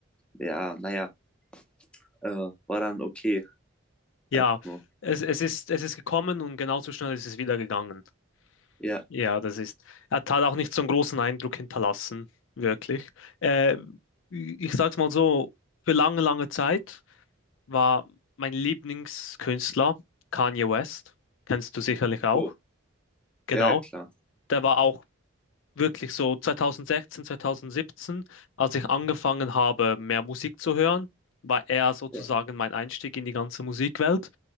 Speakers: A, in the centre; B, on the left.
A: Ja, naja, äh, war dann okay,
B: Ja,
A: einfach nur.
B: es, es ist, es ist gekommen und genauso schnell ist es wieder gegangen.
A: Ja,
B: Ja, das ist. Er hat halt auch nicht so einen großen Eindruck hinterlassen, wirklich. Äh, ich sag's mal so, für lange, lange Zeit war mein Lieblingskünstler Kanye West. Kennst du sicherlich auch.
A: oh,
B: Genau.
A: ja, ja, klar.
B: Der war auch wirklich so 2016, 2017, als ich angefangen habe, mehr Musik zu hören, war er sozusagen
A: Ja,
B: mein Einstieg in die ganze Musikwelt.